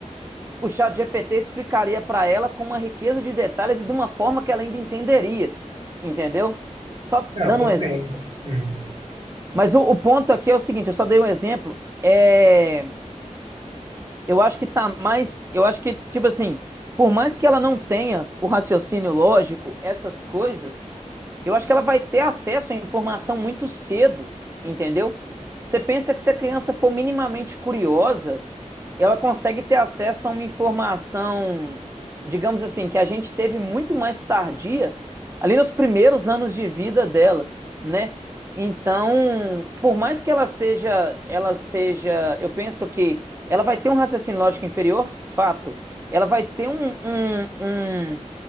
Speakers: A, on the right (about 20°); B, on the right (about 45°).
A: o chat GPT explicaria para ela com uma riqueza de detalhes e de uma forma que ela ainda entenderia, entendeu? Só
B: Ah,
A: dando
B: compreendo.
A: um exemplo.
B: Uhum.
A: Mas o, o ponto aqui é o seguinte, eu só dei um exemplo, é eu acho que tá mais. Eu acho que, tipo assim, por mais que ela não tenha o raciocínio lógico, essas coisas, eu acho que ela vai ter acesso à informação muito cedo, entendeu? Você pensa que se a criança for minimamente curiosa, ela consegue ter acesso a uma informação, digamos assim, que a gente teve muito mais tardia, ali nos primeiros anos de vida dela, né? Então, por mais que ela seja, ela seja, eu penso que ela vai ter um raciocínio lógico inferior, fato. Ela vai ter um, um- um-